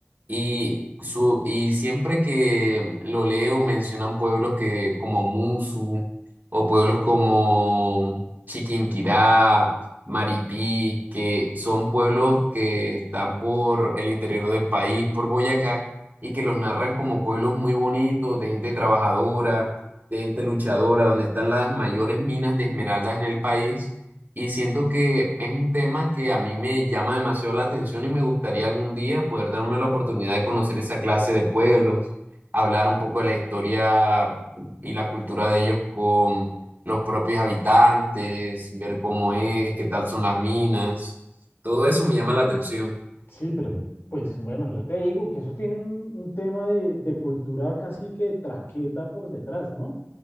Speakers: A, on the right; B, on the left.
A: y, su, y siempre que lo leo mencionan pueblos que, como Musu o pueblos como Chiquinquirá, Maripí, que son pueblos que están por el interior del país, por Boyacá, y que los narran como pueblos muy bonitos, de gente trabajadora de gente luchadora, donde están las mayores minas de esmeraldas en el país. Y siento que es un tema que a mí me llama demasiado la atención y me gustaría algún día poder darme la oportunidad de conocer esa clase de pueblos, hablar un poco de la historia y la cultura de ellos con los propios habitantes, ver cómo es, qué tal son las minas. Todo eso me llama la atención.
B: Sí, pero pues bueno, yo te digo que eso tiene un, un tema de, de cultura casi que traqueta por detrás, ¿no?